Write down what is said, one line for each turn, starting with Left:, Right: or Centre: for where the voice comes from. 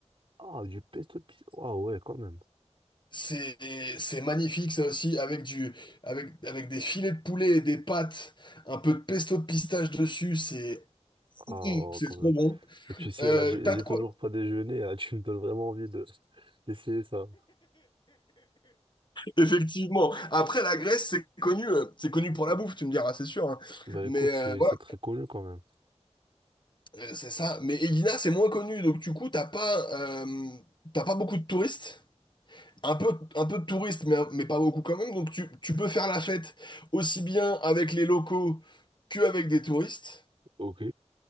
Right: Ah, du pesto pizza. Ah ouais, quand même.
Left: C'est, c'est magnifique, ça aussi, avec du, avec, avec des filets de poulet et des pâtes, un peu de pesto de pistache dessus, c'est,
Right: Ah,
Left: Mmh, c'est
Right: quand
Left: trop
Right: même.
Left: bon.
Right: Et tu sais,
Left: Euh,
Right: là, j'ai
Left: t'as
Right: j'ai
Left: de
Right: toujours
Left: quoi?
Right: pas déjeuné. là, tu me donnes vraiment envie de d'essayer ça.
Left: Effectivement. Après, la Grèce, c'est connu, euh, c'est connu pour la bouffe, tu me diras, c'est sûr. hein.
Right: Ben
Left: Mais
Right: écoute, c'est
Left: euh, voilà,
Right: c'est très connu quand même.
Left: euh, c'est ça. Mais Elina, c'est moins connu, donc du coup, t'as pas, euh, t'as pas beaucoup de touristes. Un peu, un peu de touristes, mais, mais pas beaucoup quand même. Donc tu, tu peux faire la fête aussi bien avec les locaux qu'avec des touristes.
Right: Ok.